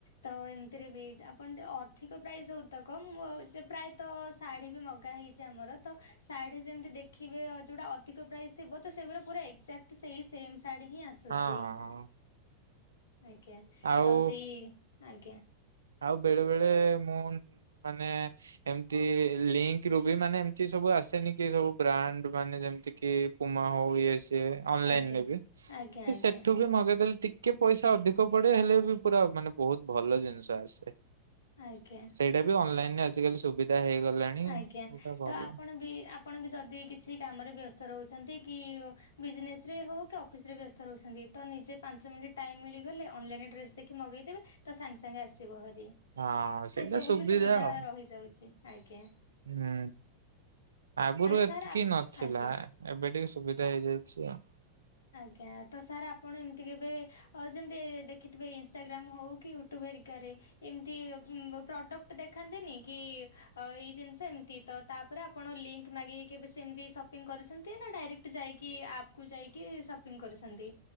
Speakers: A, on the left (about 65°); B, on the right (about 75°).
A: ତ ଏମିତିରେ ବି ଆ ଆଣ ଟେ ଅଧିକ ପ୍ରାଇସ୍ ହୋଉ ତ କ ମୁଁ ମୁଁ ଆଉ ଯେ ପ୍ରାୟତଃ ଶାଢୀ ବି ମଗା ହେଇଚି ଆମର ତ ଶାଢି ଯେମିତି ଦେଖିବେ ଯେଉଁଟା ଅଧିକ ପ୍ରାଇସ୍ ଥିବ ତ ସେଗୁଡା ପୁରା ଏକଜାକ୍ଟ ସେଇ ସେମ୍ ଶାଢୀ ହିଁ ଆସୁଚି‌
B: ହଁ।
A: ଆଜ୍ଞ
B: ଆଉ
A: ତ ସେଇ ଆଜ୍ଞା।
B: ଆଉ ବେଳେ ବେଳେ ମୁଁ ମାନେ ଏମତି ଲିଙ୍କରୁ ବି ମାନ ଏମତି ସବୁ ଆସେନି କି ସବୁ ବ୍ରାଣ୍ଡ ମାନେ ଯେମତି କି ପୁମା ହୋଉ ଇଏ ଅନଲାଇନରେ
A: ଆଜ୍ଞା
B: ବି
A: ଆଜ୍ଞା ଆଜ୍ଞା
B: ସେଠୁ ବି ମଗେଇଦେଲେ ଟିକେ ପଇସା ଅଧିକ ପଡେ ହେଲେ ବି ପୁରା ମାନେ ବୋହୁତ ଭଲ ଜିନିଷ ଟା ଆସେ।
A: ଆଜ୍ଞା
B: ସେଇଟା ବି ଅନଲାଇନରେ ଆଜିକାଲି ସୁବିଧା ହେଇଗଲାଣି।
A: ଆଜ୍ଞା
B: ସେଇଟା ଭଲ।
A: ତ ଆପଣ ବି ଆପଣ ବି ଯଦି କିଛି କାମରେ ବ୍ୟସ୍ତ ରହୁ ଚନ୍ତି। କି ବିଜନେସରେ ହୋଉ ଅଫିସ୍ ରେ ବ୍ୟସ୍ତ ରହୁଚନ୍ତି ତ ନିଜେ ପାଞ୍ଚ ମିନିଟ୍ ଟାଇମ୍ ମିଳିଗଲେ ଅନଲାଇନ୍ ରେ ଡ୍ରେସ୍ ଦେଖି ମଗେଇଦେବେ ତ ସାଙ୍ଗେ ସାଙ୍ଗେ ଆସିବଭାରି।
B: ହଁ ସେଇଟା
A: ସେ ସବୁ ବି ସୁବିଧା
B: ଆଉ
A: ରହିଯାଉଛି। ଆଜ୍ଞା।
B: ହୁଁ ଆଗରୁ ଏତିକି
A: ସାର୍ ଆପ
B: ନଥିଲା
A: ଆଜ୍ଞା
B: ଏବେ ଟିକେ ସୁବି ହେଇଯାଇଛି ଆଉ।
A: ଆଜ୍ଞା ତ ସାର୍ ଆପଣ ଏମିତି କେବେ ଅ ଯେମିତି ଦେଖିଥିବେ ଇନଷ୍ଟାଗ୍ରମ୍ ହଉ କି ୟୁଉଟ୍ୟୁବ ହେରିକାରେ ଏମିତି ପ୍ରଡକ୍ଟ ଦେଖାନ୍ତିନି କି ଏଇ ଜିନିଷ ଏମିତି ତ ତାପରେ ଆପଣ ଲିଙ୍କ ମାଗିକି କେବେ ସେମିତି ସପିଙ୍ଗ କରିଛନ୍ତି ନା ଡାଇରେକ୍ଟ ଯାଇକି ଆପ୍ କୁ ଯାଇ କି ସପିଙ୍ଗ କରିଛନ୍ତି?